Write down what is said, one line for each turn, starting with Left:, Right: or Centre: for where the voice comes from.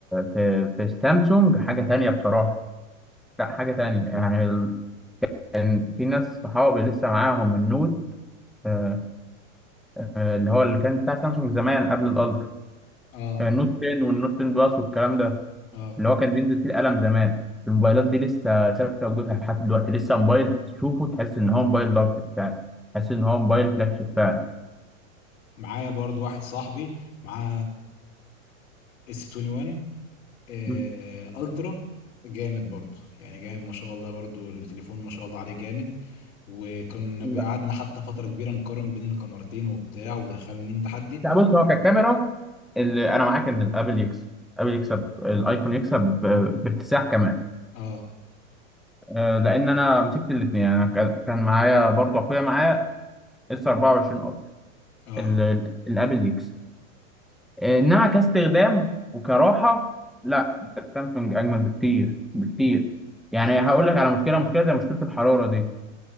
Centre: في في سامسونج حاجه تانية بصراحه لا حاجه تانية يعني ال... كان في ناس صحابي لسه معاهم النوت آه، آه، اللي هو اللي كان بتاع سامسونج زمان قبل الالترا
Left: اه
Centre: آه، النوت 10 والنوت 10 بلس والكلام ده
Left: اه
Centre: اللي هو كان بينزل فيه القلم زمان الموبايلات دي لسه ثابته وجودها لحد دلوقتي لسه موبايل تشوفه تحس ان هو موبايل ضغط فعلا تحس ان هو موبايل فلاج شيب فعلا
Left: معايا برضو واحد صاحبي معاه اس 21 آه،
Centre: مم.
Left: الترا جامد برضو يعني جامد ما شاء الله برضو التليفون ما شاء الله عليه جامد وكنا
Centre: لا.
Left: قعدنا حتى فترة كبيرة نقارن بين الكاميرتين وبتاع ودخلني تحدي
Centre: لا بص هو ككاميرا اللي
Left: مم.
Centre: انا معاك ان الابل يكسب الابل يكسب الايفون يكسب ب- باكتساح كمان
Left: اه
Centre: أه، لان انا مسكت الاثنين انا كان كان معايا برضه اخويا معايا اس 24 الترا
Left: اه
Centre: ال- ال- الابل يكسب آه، انما كاستخدام وكراحه لا انت السامسونج اجمل بكتير بكتير يعني هقول لك على مشكله مشكله زي مشكله الحراره دي